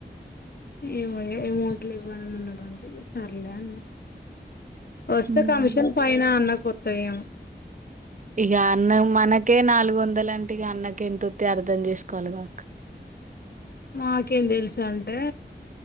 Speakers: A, on the left (about 55°); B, on the right (about 45°).
A: ఏవ అమౌంట్లు ఇవ్వని ఉన్నటువంటే సర్లే అని వస్తే
B: ఉమ్
A: కమిషన్ పైన అన్న కొత్త ఏమో
B: ఇగ అన్న మనకి ఇకే నాలుగు వందల అంటే ఇగ అన్నకి ఎంత వత్తయి అర్థం చేసుకోవాలి బకు
A: మాకేం తెలుసు అంటే